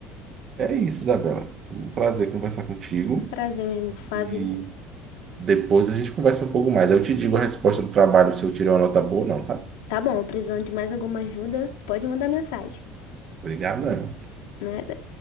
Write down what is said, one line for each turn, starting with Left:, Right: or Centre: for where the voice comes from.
Right: É isso, Isabela. Um prazer conversar contigo.
Left: Um prazer, meu amigo Fábio.
Right: E depois a gente conversa um pouco mais. Eu te digo a resposta do trabalho se eu tirei uma nota boa ou não, tá?
Left: Tá bom, precisando de mais alguma ajuda, pode mandar mensagem,
Right: Obrigado.
Left: né?